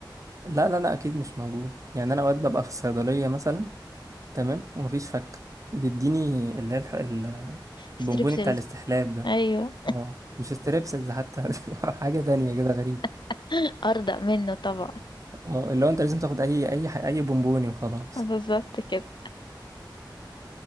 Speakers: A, on the right; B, on the left.
A: لا لا لا اكيد مش موجود يعني انا اوقات ببقى في الصيدلية مثلا تمام ومفيش فك بيديني اللي هي الح- ال-
B: ستريبسلز
A: البونبوني بتاع الاستحلاب ده
B: ايوه
A: اه مش ستريبسلز حتى <laughs> حاجة تانية كده غريب
B: <laughs> ارضى منه طبعا
A: اه اللي هو انت لازم تاخد اي اي ح- اي بونبوني وخلاص
B: بالظبط كده